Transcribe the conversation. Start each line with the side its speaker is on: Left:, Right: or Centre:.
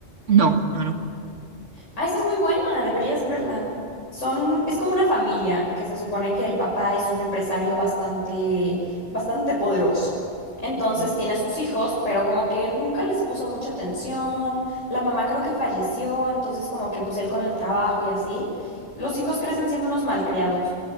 Right: No, no, no.
Left: Ah, esa es muy buena, deberías verla. Son, es como una familia que se supone que el papá es un empresario bastante, bastante poderoso. Entonces
Right: Ok,
Left: tiene a sus hijos, pero como que nunca les puso mucha atención. La mamá creo que falleció, entonces como que pues él con el trabajo y así. Los hijos crecen siendo unos malcriados.